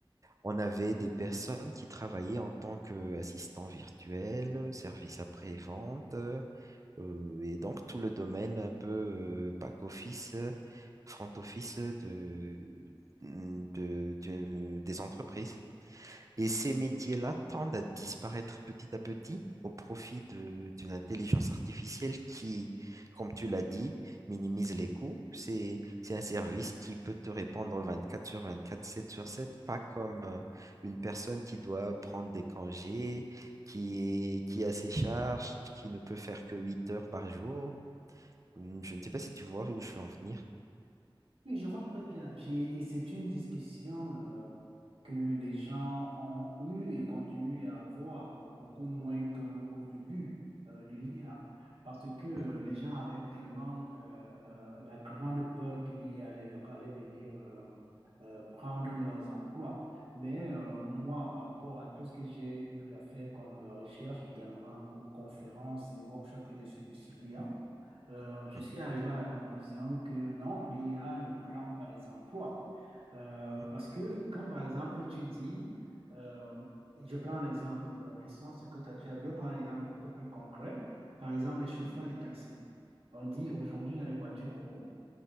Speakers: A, on the right (about 35°); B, on the right (about 80°).
A: On avait des personnes qui travaillaient en tant qu'assistants virtuels, service après-vente, euh, euh, et donc tout le domaine un peu back-office, front-office de, de- de- des entreprises. Et ces métiers-là tendent à disparaître petit à petit au profit de- d'une intelligence artificielle qui, comme tu l'as dit, minimise les coûts. C'est, c'est un service qui peut te répondre 24 sur 24, 7 sur 7, pas comme euh, une personne qui doit prendre des congés, qui est- qui a ses charges, qui ne peut faire que 8 heures par jour. Hum, Je ne sais pas si tu vois où je veux en venir.
B: Oui, je vois très bien. J'ai- Et c'est une discussion euh, que les gens ont eue et continuent à avoir, bon, beaucoup moins qu'au début euh, de l'IA, parce que euh,
A: Mhm,
B: les gens avaient tellement euh, euh, la grande peur qu'il l'IA allait, allait venir euh, euh, prendre leurs emplois. Mais euh, moi, par rapport à tout ce que j'ai eu à faire comme euh, recherche également aux conférences et workshops que j'ai suivis sur l'IA, euh, je
A: mhm,
B: suis arrivé à la conclusion que non, l'IA ne prend pas les emplois. Euh,
A: mhm,
B: parce que quand, par exemple, tu dis, euh, je prends un exemple, euh, l'essence que t'as- tu as, je vais prendre un exemple beaucoup plus concret. Par exemple, les chauffeurs de taxi. On dit aujourd'hui, il y a les voitures robots